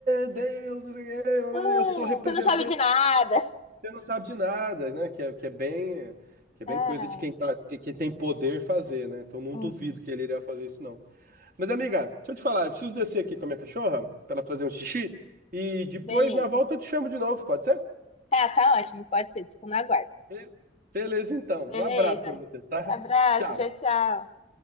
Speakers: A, on the right (about 50°); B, on the left (about 35°).
A: Deus, não sei o quê,
B: Ah,
A: eu sou representante,
B: tu não sabe de nada.
A: você não sabe de nada, né? Que é, que é bem, que é
B: Ah,
A: bem coisa de quem tá, que- quem tem poder fazer, né? Então não
B: uhum.
A: duvido que ele iria fazer isso, não. Mas, amiga, deixa eu te falar, eu preciso descer aqui com a minha cachorra pra ela fazer um xixi e depois
B: Beleza.
A: na volta eu te chamo de novo, pode ser?
B: Tá, tá ótimo, pode ser. Fico no aguardo.
A: Be- beleza, então. Um
B: Beleza.
A: abraço para você, tá?
B: Abraço,
A: Tchau.
B: tchau, tchau.